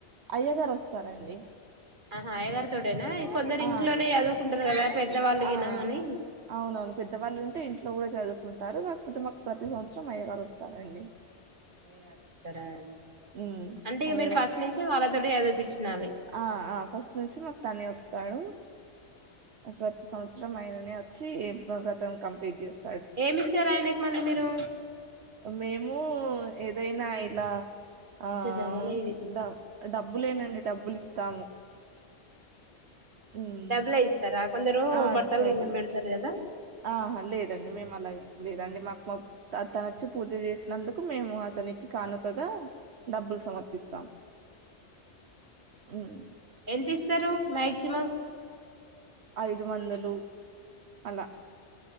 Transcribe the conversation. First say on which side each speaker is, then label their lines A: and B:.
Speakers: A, on the right; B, on the right.
A: అయ్యగారు వస్తారండి
B: ఆహా అయగారుతోటేనా కొందరు
A: ఆ
B: ఇంట్లోనే చదువుకుంటరు కదా పెద్దవాళ్ళు
A: ఆ
B: గినమని
A: అవునవును పెద్దవాళ్ళు ఉంటె ఇంట్ ట్లో గుడా చదువుకుంటారు కాక్పోతే మాకు ప్రతి సౌస్రం అయ్యగారు ఒస్తారండి
B: గారు స్తరా
A: ఉమ్
B: అంటే ఇగ
A: అయ్యగారు
B: మీరు ఫస్ట్ నించి వాళ్ళతోటే చదిపించినారు
A: ఆ ఆ ఫస్ట్ నుంచి మాక్ తనే ఒస్తాడు ప్రతి సౌస్రం అయన నే ఒచ్చి వ్రతం కంప్లీట్ చేస్
B: ఏమిస్తరు ఆయనకు మళ్ళ మీరూ
A: మేము ఏదైనా ఇలా ఆ
B: దగలే ఇది
A: డబ్ డబ్బులేనండి డబ్బులు ఇస్తాము ఉమ్
B: డబ్లే ఇస్తరా కొందరూ
A: ఆ
B: బట్టలు
A: డబ్బులే
B: గిన్నం పెడ్తరు గదా
A: ఆహా లేదండి మేమలాగేం లేదండి మాకు మోత్ త తనచ్చి పూజ చేసినందుకు మేము అతనికి కానుకగా డబ్బులు సమర్పిస్తాం ఉమ్
B: ఎంత ఇస్తరు మ్యాగ్ సిమం
A: ఐదు వందలు అలా